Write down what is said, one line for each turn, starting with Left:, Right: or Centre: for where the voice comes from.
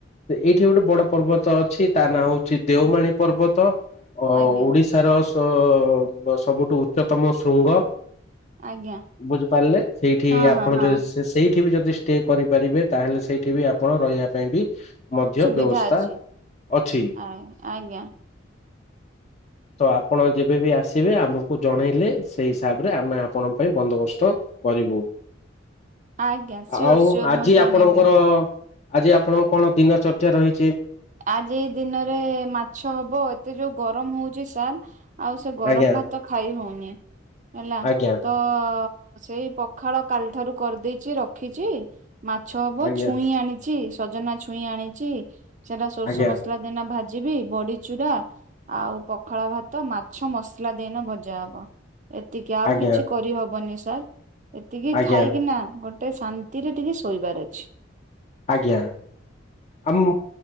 Left: ଏଇଠି ଗୋଟେ ବଡ ପର୍ବତ ଅଛି। ତା ନାଁ ହଉଛି ଦେଓମାଳି ପର୍ବତ। ଅ
Right: ଆଜ୍ଞା
Left: ଓଡିଶାର ସୁ ତ ସବୁଠୁ ଉଚ୍ଚତମ ଶୃଙ୍ଗ
Right: ଆଜ୍ଞା
Left: ବୁଝିପାରିଲେ ସେଇଠି
Right: ହଁ
Left: ଆପଣ
Right: ହଁ ହଁ
Left: ଯଦି ସେ ସେଇଠି କେ ବି ଯଦି ଷ୍ଟ ଷ୍ଟେ କରିପାରିବେ ତାହେଲେ ସେଇଠି ବି ଆପଣ ରହିବା ପାଇଁ ବି ମଧ୍ୟ
Right: ସୁବିଧା
Left: ବ୍ୟବସ୍ଥା
Right: ଅଛି
Left: ଅଛି।
Right: ଆ ଆଜ୍ଞା।
Left: ତ ଆପଣ ଯେବେବି ଆସିବେ ଆମକୁ ଜଣେଇଲେ ସେଇ ହିସାବରେ ଆମେ ଆପଣଙ୍କ ପାଇଁ ବନ୍ଦୋବସ୍ତ କରିବୁ।
Right: ଆଜ୍ଞା ସିଓର
Left: ଆଉ
Right: ସିଓର
Left: ଆଜି
Right: ମୁଁ ଜଣେଇବି
Left: ଆପଣଙ୍କର ଆଜି ଆପଣଙ୍କ କଣ ଦିନ ଚର୍ଚ୍ଚା ରହି
Right: ଆଜି ଦିନରେ ମାଛ ହବ ଏତେ ଯୋଉ ଗରମ ହଉଛି ସାର୍ ଆଉ ସେ ଗରମ
Left: ଆଜ୍ଞା
Right: ଭାତ ଖାଇ ହଉନି ହେଲା
Left: ଆଜ୍ଞା
Right: ତ ସେଇ ପଖାଳ କାଲି ଠାରୁ କରିଦେଇଛି ରଖିଚି। ମାଛ ହବ
Left: ଆଜ୍ଞା
Right: ଛୁଇଁ ଆଣିଛି ସଜନା ଛୁଇଁ ଆଣିଚି। ସେଟା ସୋର୍ଷ
Left: ଆଜ୍ଞା
Right: ମସଲା ଦେନା ଭାଜି ଯିବି ବଡି ଚୁରା ଆଉ ପଖାଳ ଭାତ ମାଛ ମସଲା ଦେଇନା ଭଜା ହବ। ଏତିକି ଆଉ
Left: ଆଜ୍ଞା
Right: କିଛି କରିହବନି ସ ସାର୍ ଏତିକି
Left: ଆଜ୍ଞା
Right: ଖାଇକିନା
Left: ଆଜ୍ଞା
Right: ଗୋଟେ ଟେ ଶାନ୍ତିରେ ଟିକେ ଶୋଇବାର ଅଛି।
Left: ଆଜ୍ଞା ଆମୁ